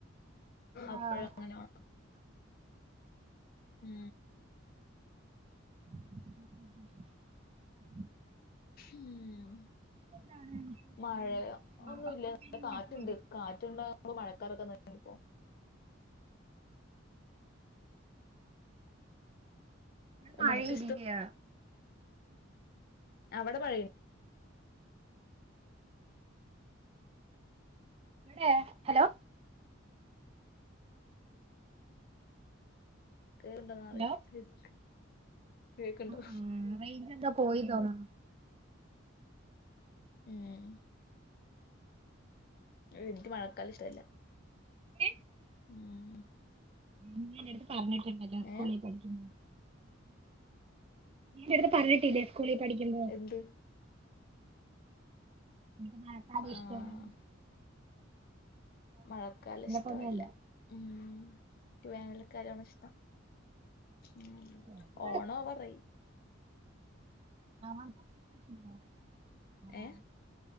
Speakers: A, on the right; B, on the left.
A: ആഹ്
B: അപ്പഴ അങ്ങനെ വാണ് ഉം
A: <unintelligible>
B: ഉം
A: എന്താണ് വിശേഷം
B: മഴ യൊ
A: നാളെ
B: ഒന്നുമല്ല.
A: പോയി കഴിഞ്ഞാ
B: കാറ്റുണ്ട്
A: ഇപ്പൊ വരും
B: കാറ്റുണ്ട പോ മഴക്കാറൊക്കെനല്ല ണിപ്പോ
A: അ മഴ
B: നിനക്ക്
A: ഇല്യ
B: അവടെ പറയു
A: എ ഹലോ
B: !
A: ഹലോ
B: !!!!!!! കേക്ക് കേക്ക്ണ്ടോ
A: ആ ആ റേഞ്ച് എന്തോ പോയി തോന്ന്ണ്
B: ഉം ൻക്ക് മഴക്കാലഷ്ടല്ല
A: <unintelligible>
B: ഉം
A: നീയ്യ് എന്റെ അടുത്ത് പറഞ്ഞിട്ടുണ്ടല്ലോ സ്കൂളിൽ
B: ഏ
A: <unintelligible> നിന്റെടുത്ത് പറഞ്ഞിട്ടില്ലേ സ്കൂളിൽ പഠിക്കുമ്പോ?
B: എന്ത്
A: എനിക്ക് മഴക്കാലം
B: ആഹ്
A: ഇഷ്ടല്ലാന്ന്
B: മഴക്കാലം ഇഷ്ട്ടവല്ല
A: പോലെയല്ല
B: ഉം <unintelligible> വേനൽക്കാലാണ് ഇഷ്ടം. ഉം
A: എനിക്ക്
B: ഓണാവാറായി.
A: ആ <unintelligible>
B: ഏ